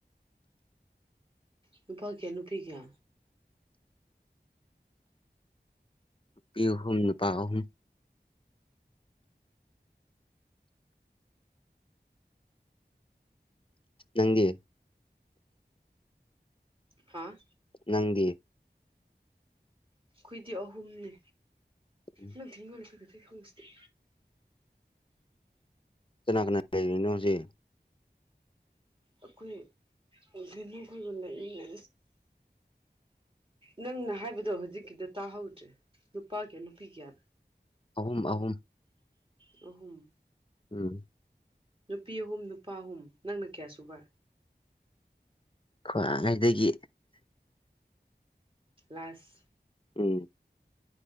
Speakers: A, on the right; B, on the left.
A: ꯅꯨꯄꯥ ꯀꯌꯥ ꯅꯨꯄꯤ ꯀꯌꯥ
B: ꯅꯨꯄꯤ ꯑꯍꯨꯝ ꯅꯨꯄꯥ ꯑꯍꯨꯝ ꯆꯪꯒꯦ
A: ꯍꯥꯥ
B: ꯅꯪꯒꯤ
A: ꯑꯩꯈꯣꯏꯗꯤ ꯑꯍꯨꯝꯅꯦ
B: ꯎꯝ
A: ꯅ ꯅꯪ ꯊꯤ ꯈꯣꯂꯀ ꯈꯪꯉꯁꯤꯦ
B: ꯀꯅꯥ ꯀꯅꯥ ꯂꯩꯔꯤꯅꯣ ꯍꯧꯖꯤꯛ
A: ꯑꯩꯈꯣꯏ ꯅꯨꯈꯣꯏꯒ ꯂꯩꯃꯤꯟꯅ ꯅꯪꯅ ꯍꯥꯏꯕꯗꯣ ꯍꯧꯖꯤꯛꯀꯤꯗ ꯇꯥꯍꯧꯗ꯭ꯔꯦ ꯅꯨꯄꯥ ꯀꯌꯥ ꯅꯨꯄꯤ ꯀꯌꯥ
B: ꯑꯍꯨꯝ ꯑꯍꯨꯝ
A: ꯔꯍꯨꯝ
B: ꯎꯝ
A: ꯅꯨꯄꯤ ꯑꯍꯨꯝ ꯅꯨꯄꯥ ꯑꯍꯨꯝ ꯅꯪꯅ ꯀꯌꯥ ꯁꯨꯕ
B: ꯈ ꯉꯩꯗꯒꯤ
A: ꯀ꯭ꯂꯥꯁ
B: ꯎꯝ